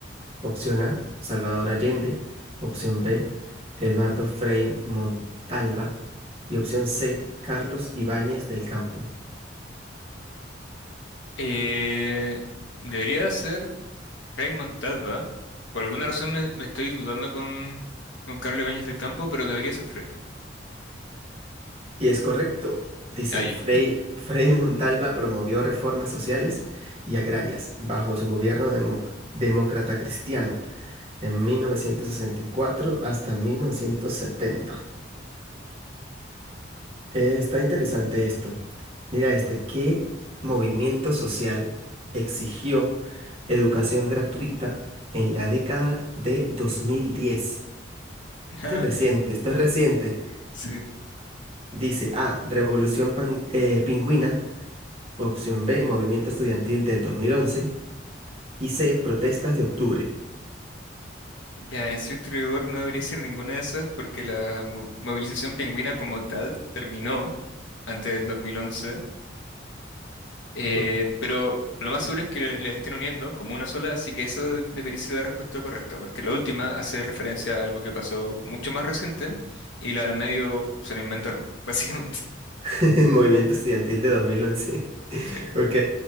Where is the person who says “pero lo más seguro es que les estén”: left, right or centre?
Left